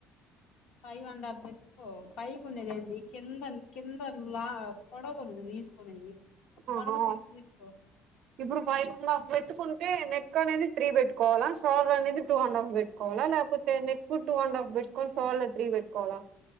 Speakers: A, on the left; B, on the right.
A: ఫైవ్ అండ్ఫా ఓ పైకినేది ఏడి కింద కింద లా పొడవనేది నువ్ తీసుకునేది
B: ఆహ
A: పొడవు సిక్స్ తీసుకో
B: ఇప్పుడు ఫైవ్ అండ్ హాఫ్ పెట్టుకుంటే నెక్ అనేది త్రీ పెట్టుకోవాలా శోల్డర్ అనేది టూ అండ్ హాఫ్ పెట్టు కోవాలా లేకపోతే నెక్ టూ అండ్ హాఫ్ పెట్టుకని సాల్ త్రి పెట్కోవాలా